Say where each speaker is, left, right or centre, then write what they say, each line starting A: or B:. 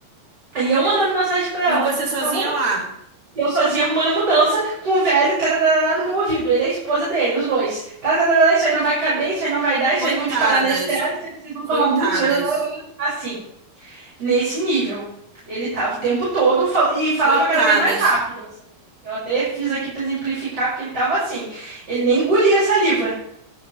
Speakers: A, on the right (about 25°); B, on the right (about 55°).
A: E eu mandando mensagem para
B: E
A: ela:
B: você sozinha
A: Amor,
B: lá.
A: e eu sozinha arrumando a mudança com o velho tarará no meu ouvido. Ele é a esposa dele, os dois. Tarará, isso aí não vai caber, isso aí não vai dar, isso
B: Coitadas,
A: aí vão te parar na estrada, isso aí vocês vão
B: coitadas,
A: tomar multa, isso aí, lá, lá, lá. assim, nesse nível. Ele tava o tempo todo fal- e falava
B: coitadas,
A: cada vez mais rápido, assim. Eu até fiz aqui pra exemplificar, porque ele tava assim. Ele nem engolia a saliva.